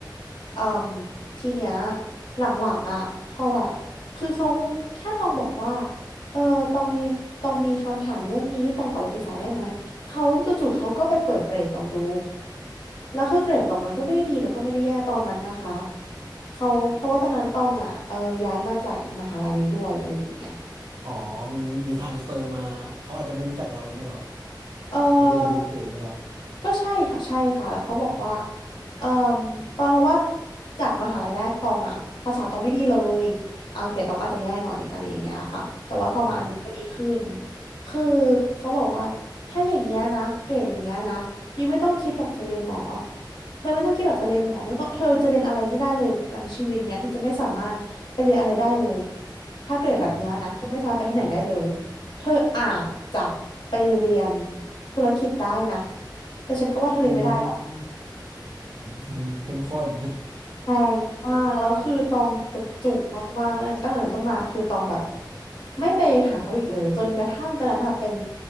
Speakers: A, on the left; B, on the right.
A: เอ่มทีเนี้ยหลังๆอ่ะพอแบบคือเขาแค่ตองบอกว่าเออตองมีตองมีคำถามเรื่องนี้ตองขอไปปรึกษาได้ไหม เขาจู่ๆเขาก็ไปเปิดเกรดตองดู แล้วคือเกรดตองมันก็ไม่ได้ดีแล้วก็ไม่ได้แย่ตอนนั้นนะคะ เขาเพราะว่าตอนนั้นตองอ่ะ เออย้ายมาจากอีกมหาลัยหนึ่งด้วยอะไรอย่างเงี้ย
B: อ๋อมีมีมีทรานสเฟอร์มาเขาอาจจะไม่รู้จักเราอย่างเงี้ยเหรอ
A: เออ
B: เขาเลยไปดูเก่งอย่างเงี้ยเหรอ
A: ก็ใช่ค่ะใช่ค่ะแล้วเขาบอกว่า
B: อืม
A: เอ่อตอนเพราะว่าจากมหาลัยแรกตองอ่ะภาษาตองไม่ดีเลยอ่าเกรดตองอาจจะแย่หน่อยอะไรอย่างเงี้ยค่ะ แต่ว่าพอมาอันนี้มันก็ดีขึ้น
B: อืม
A: คือเขาบอกว่าถ้าอย่างเงี้ยนะเกรดอย่างเงี้ยนะยูไม่ต้องคิดหรอกจะเรียนหมอเธอไม่ต้องคิดหรอกจะเรียนหมอไม่ต้องเธอจะเรียนอะไรไม่ได้เลยแต่ชีวิตเนี้ยเธอจะไม่สามารถไปเรียนอะไรได้เลยถ้าเกรดแบบเนี้ยนะเธอไม่สามารถไปที่ไหนได้เลย
B: อืมอืมอืม
A: เธออาจจะไปเรียนธุรกิจได้นะ แต่ฉันก็ว่าเธอเรียนไม่ได้หรอก
B: อืมอืม <laughs> เข้มข้น
A: แพงมากแล้วคือตองจุกจุกมากๆตั้งแต่นั้นต้นมาคือตองแบบไม่ไปหาเขาอีกเลยจนกระทั่งตอนนั้นอ่ะเป็น